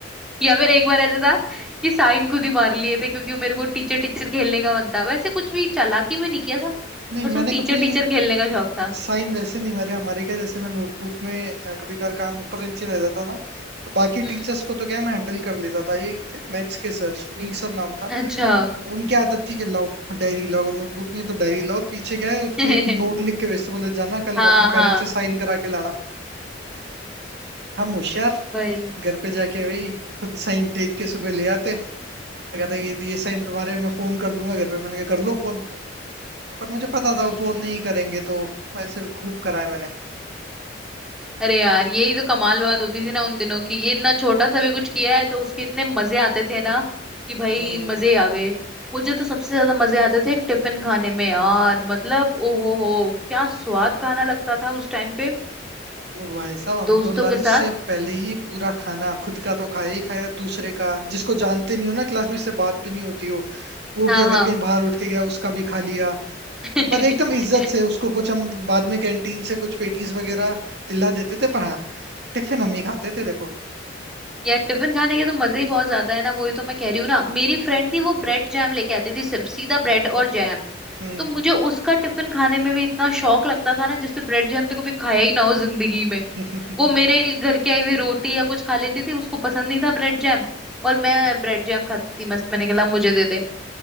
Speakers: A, in the centre; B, on the right.
A: या फिर एक बार ऐसे था कि साइन खुद ही मार लिए थे क्योंकि मेरे को टीचर टीचर खेलने का मन था वैसे कुछ भी चालाकी में नहीं किया था
B: नहीं
A: बस
B: मैंने
A: वो
B: कभी
A: टीचर टीचर खेलने का शौक था
B: साइन वैसे नहीं मारे हमारे क्या जैसे मैं नोटबुक में अ, कभी कभार काम ऊपर नीचे रह जाता ना तो बाकी
A: हम्म
B: टीचर्स को तो क्या मैं हैंडल कर लेता था एक थे मैथ्स के सर फील सर नाम था
A: अच्छा
B: उनकी आदत थी कि लाओ डायरी लाओ अगर नोटबुक नहीं है तो डायरी लाओ और पीछे क्या है उसमें
A: <laughs>
B: एक नोट लिख के वैसे बोले जाना कल
A: हाँ
B: अपने
A: हाँ
B: पेरेंट्स से साइन करा के लाना हम होशियार
A: भाई
B: घर पे जाके भाई खुद साइन टेक के सुबह ले आते मैं कहता ये ये साइन तुम्हारे मैं फोन कर लूंगा घर पे मैंने कहा कर लो फोन पर मुझे पता
A: हम्म
B: था वो फोन नहीं करेंगे तो ऐसे खूब कराए मैंने
A: अरे यार यही तो कमाल बात होती थी ना उन दिनों की ये इतना छोटा सा भी कुछ किया है तो उसके इतने मजे आते थे ना कि भाई
B: हम्म
A: मजे ही आ गए मुझे तो सबसे ज्यादा मजे आते थे टिफिन खाने में यार मतलब ओहो हो क्या स्वाद खाना लगता था उस टाइम पे
B: वो भाई साहब हम
A: दोस्तों
B: तो लंच
A: के साथ
B: से पहले ही पूरा खाना खुद का तो खाया ही खाया दूसरे का जिसको जानते नहीं हो ना क्लास में से बात भी नहीं होती हो वो
A: हाँ
B: भी
A: हाँ
B: अगर कहीं बाहर उठ के गया उसका भी खा लिया
A: <laughs>
B: पर एकदम इज्जत से उसको कुछ हम बाद में कैंटीन से कुछ पेटीज वगैरह दिला देते थे पर हाँ टिफिन हम ही खाते थे देखो
A: यार टिफिन खाने के तो मजे ही बहुत ज्यादा है ना वही तो मैं कह रही हूँ ना मेरी फ्रेंड थी वो ब्रेड जैम लेके आती थी सिर्फ सीधा ब्रेड और जैम
B: हम्म
A: तो मुझे उसका टिफिन खाने में भी इतना शौक लगता था ना जिससे ब्रेड जैम तो कभी खाया ही ना हो जिंदगी में
B: <laughs>
A: वो मेरे घर की आई हुई रोटी या कुछ खा लेती थी उसको पसंद नहीं था ब्रेड जैम और मैं ब्रेड जैम खाती थी मस्त मैंने कहा मुझे दे दे